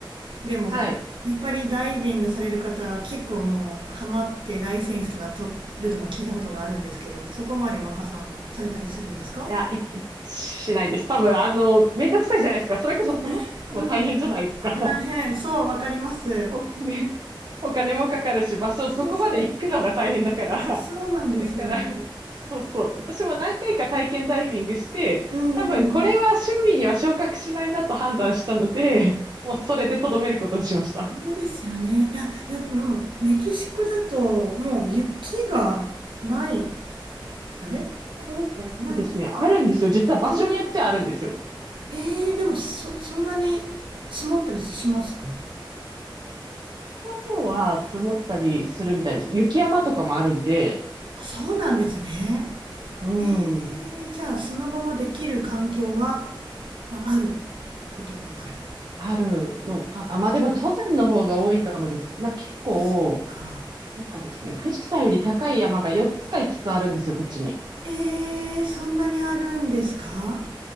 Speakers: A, on the right; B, on the right.
A: でも、
B: はい。
A: やっぱりダイビングされる方は結構もうハマってライセンスとか取るとか聞いたことがあるんですけど、そこまで若さんもされたりするんですか
B: いや、い、しないです。多分、あの、めんどくさいじゃないですか。それこそその、
A: ね、うん。
B: も大変じゃないですか。<laughs>
A: 大変、そう、わかります。
B: お金、お金もかかるし、場所、
A: そうそう、
B: そこまで行くのが大変だから。
A: そうなんですよね。
B: <laughs> だから、そうそう。私も何回か体験ダイビングして、
A: うんうん
B: 多分、これは趣味には昇格しないなと判断したので、もうそれでとどめることにしました。
A: そうですよね。いや、いや、もう、メキシコだと、もう雪がない、あれこう、
B: えっとですね、
A: ない。あ
B: あるんですよ。実は場所によってはあるんですよ。
A: るえー、でもそ、そんなに積もったりしますか
B: この方は積もったりするみたいです。雪山とかもあるんで、
A: あそうなんですね。
B: うん、
A: えー、じゃあ、砂場もできる環境は、まあ、あることはある。
B: あるのかな。まあでも登山の方が多いかもです。まあ結構、
A: そっか。
B: なんかですね、富士山より高い山が4つか5つつあるんですよ、こっちに。
A: えー、そんなにあるんですかは